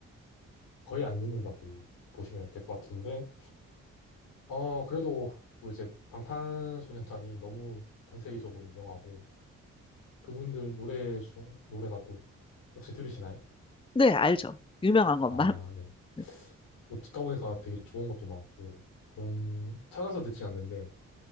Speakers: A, on the left; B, on the left.
A: 거의 안 듣는다고 보시면 될 것 같은데, 어, 그래도 또 이제 방탄소년단이 너무 전 세계적으로 유명하고, 그분들 노래 중, 노래가 또 혹시 들으시나요?
B: 네, 알죠. 유명한 것만.
A: 아, 네.
B: 네.
A: 또 듣다 보니까 되게 좋은 것도 많고, 그런, 찾아서 듣진 않는데,